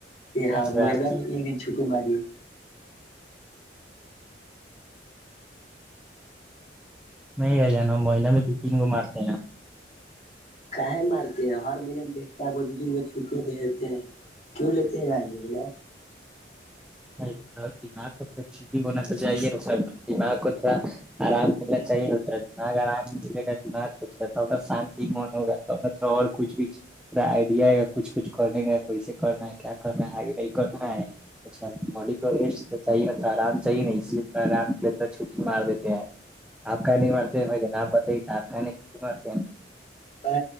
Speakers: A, on the left; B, in the centre.
A: یہ
B: رہا
A: ہاں مہی نے
B: کہ
A: ایک دن چھٹی ماری ہے
B: نہیں ہے جانا مہیین میں دو تین گو مارتے ہیں
A: کہیں مارتے ہارمونیم دیکتے ہے دو کا بھیتے ہیں کیوں لیتے ہیں بھائیی نا
B: نہیں دماغ کو تھڑای بھی ہونا تو چاہیے دماغ کو تھوڑا آرام ملنا چاہیے اترا دماغ آرام ملے گا دماغ کھ رہتا ہوا شانتی من ہوگا اور کچھ بھی پا آئیڈیا ہے گا کچھ کچھ کرنے گ کیسے کرنا ہے کیا کرنا ہے آگے نہیں کرنا ہے ڑا باڈی کو ریسٹ تو چاہیے آرام چاہیے نہیں اس لیے تھوڑا آرام کے لیے تھ چھٹی مار دیتے ہیں آپ کہنے مرتے ہیں بھ آپ بت آپ کہنے چٹی مرتے ہیں
A: آ